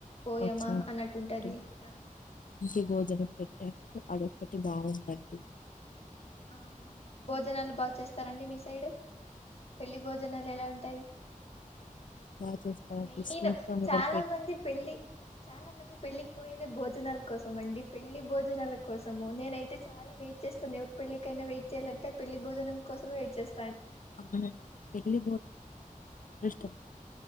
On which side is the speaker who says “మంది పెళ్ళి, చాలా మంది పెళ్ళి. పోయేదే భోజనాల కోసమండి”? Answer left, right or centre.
Left